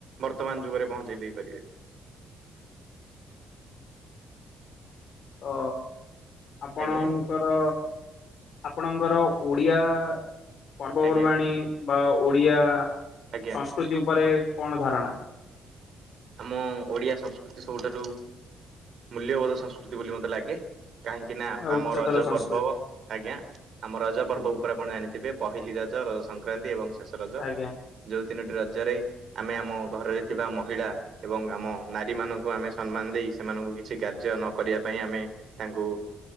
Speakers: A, on the right; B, on the left.
A: ବର୍ତ୍ତମାନ ଯୁଗରେ ପହଞ୍ଚେଇ ଦେଇପାରିବେ
B: ତ ଆପଣ
A: ଆଜ୍ଞା
B: ଙ୍କର ଆପଣଙ୍କର ଓଡ଼ିଆ ପର୍ବପର୍ବାଣୀ
A: ଆଜ୍ଞା
B: ବା ଓଡ଼ିଆ
A: ଆଜ୍ଞା
B: ସଂସ୍କୃତି ଉପରେ କଣ ଧାରଣା
A: ଆମ ଓଡିଆ ସଂସ୍କୃତି ସବୁଠାରୁ ମୂଲ୍ୟବୋଧ ସଂସ୍କୃତି ବୋଲି ମତେ ଲାଗେ କାହିଁକି ନା
B: ଆଉ
A: ଆମ
B: ଉଚ୍ଚତର
A: ରଜ
B: ସଂସ୍କୃତି
A: ପର୍ବ ଆଜ୍ଞା ଆମ ରଜ ପର୍ବ
B: ଆଜ୍ଞା
A: ଉପରେ ଆପଣ ଜାଣିଥିବେ ପହିଲି ରଜ ରଜ ସଂକ୍ରାନ୍ତି ଏବଂ ଶେଷ ରଜ
B: ଆଜ୍ଞା।
A: ଯୋଉ ତିନୋଟି ରଜରେ ଆମେ ଆମ ଘରରେ ଥିବା ମହିଳା ଏବଂ ଆମ ନାରୀମାନଙ୍କୁ ଆମେ ସମ୍ମାନ ଦେଇ ସେମାନଙ୍କୁ କିଛି କାର୍ଯ୍ୟ ନ କରିବା ପାଇଁ ଆମେ ତାଙ୍କୁ